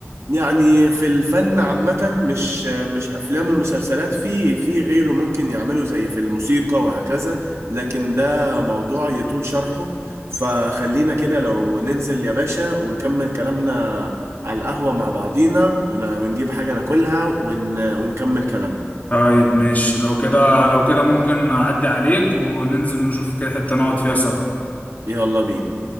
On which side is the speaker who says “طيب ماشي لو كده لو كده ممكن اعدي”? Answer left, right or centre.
Left